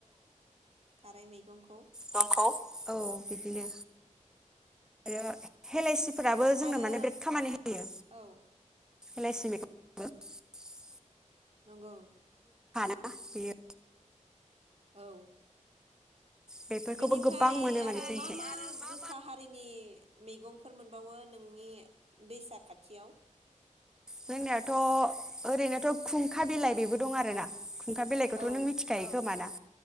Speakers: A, on the right; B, in the centre.
A: थाराय मैगंखौ।
B: नंगौ औ बिदिनो आरो हेलाइसिफोराबो जोंनो
A: आरो
B: माने बिराद खामानि होयो।
A: औ
B: एलायसि मैगं <unintelligible>
A: नंगौ।
B: ना बियो।
A: औ।
B: बेफोरखौबो
A: बेनिफ्राय
B: गोबां मोनो
A: आरो
B: माने जोंनिथिं
A: मा मा गोखा हारिनि। मैगंफोर मोनबावो नोंनि दैसा खाथियाव।
B: जोंनियाथ' ओरैनोथ' खुंखा बिलाइ बेबो दं आरोना। खुंथा बिलाइखौथ'
A: औ
B: नों मिथिखायो खोमाना।